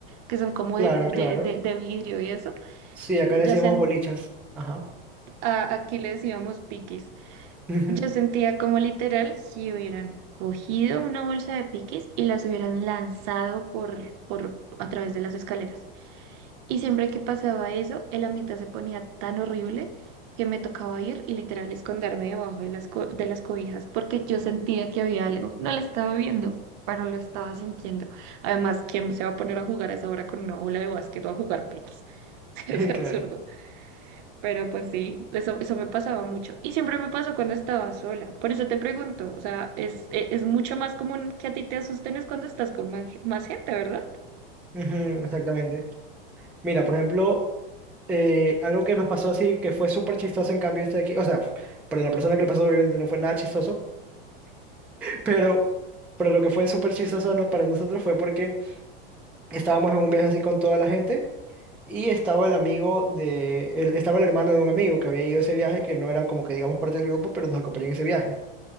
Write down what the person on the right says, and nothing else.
que son como
de, de,
de, de vidrio y eso.
Yo
sent,
a- aquí le decíamos piquis.
Yo sentía como literal si hubieran cogido una bolsa de piquis y las hubieran lanzado por, por a través de las escaleras. Y siempre que pasaba eso, el ambiente se ponía tan horrible que me tocaba ir y literal esconderme debajo de las, co- de las cobijas porque yo sentía que había algo. No lo estaba viendo, pero lo estaba sintiendo. Además, ¿quién se va a poner a jugar a esa hora con una bola de básquet o a jugar piquis? <laughs> Es absurdo.
Pero pues sí, eso, eso me pasaba mucho. Y siempre me pasó cuando estaba sola. Por eso te pregunto, o sea, es, e- es, mucho más común que a ti te asusten es cuando estás con más, más gente, ¿verdad?